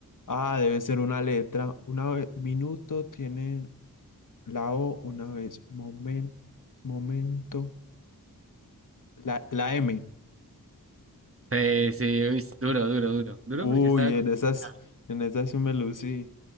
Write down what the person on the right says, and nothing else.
Sí, sí, uy, es duro, duro, duro. Duro
porque está...
<laughs>